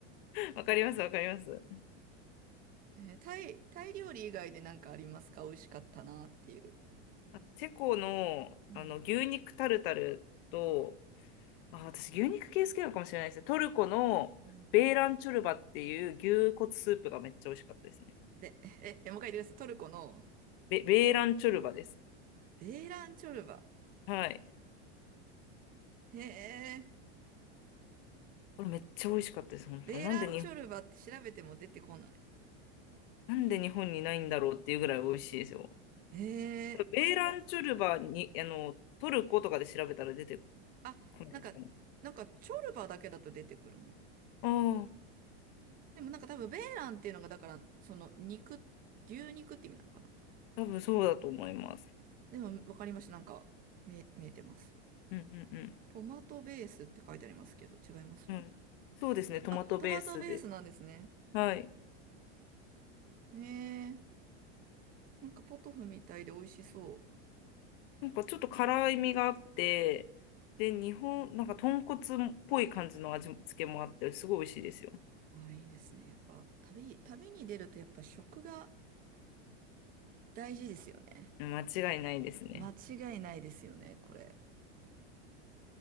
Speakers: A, on the left; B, on the right.
A: わかります、わかります。
B: えータイ、タイ料理以外でなんかありますか美味しかったなっていう。
A: あチェコの、
B: うん。
A: あの牛肉タルタルと、あ、私、牛肉系好きなのかもしれないですね。トルコのベーランチョルバっていう牛骨スープがめっちゃ美味しかったですね。
B: うんで、え、えもう一回言ってください。トルコの
A: ベ、ベーランチョルバです。
B: ベーランチョルバ。
A: はい。
B: へえ、
A: これめっちゃ美味しかったです、本当。
B: ベーランチョルバって調べても出てこない。
A: なんでに、なんで日本にないんだろうっていうぐらい美味しいですよ。
B: へえ、
A: ベーランチョルバに、
B: それは、
A: あの、トルコとかで調べたら出て
B: あ、
A: こないですかね。
B: なんか、なんかチョルバだけだと出てくるの。
A: ああ、
B: でもなんか多分ベーランっていうのが、だから、その肉、牛肉って意味なのかな。
A: 多分そうだと思います。
B: でもわかりました。なんか、見え、見えてます。
A: うんうん
B: トマトベースって書いてありますけど、違います
A: うん。はい。そうですね、トマトベースで。
B: あ、トマトベースなんですね。
A: はい。
B: へえ、なんかポトフみたいで美味しそう。
A: なんかちょっと辛いみがあって、で、日本、なんか豚骨っぽい感じの味付けもあって、すごい美味しいですよ。
B: ああ、いいですね。やっぱ、旅、旅に出るとやっぱ食が大事ですよね。
A: 間違いないですね。
B: 間違いないですよね、これ。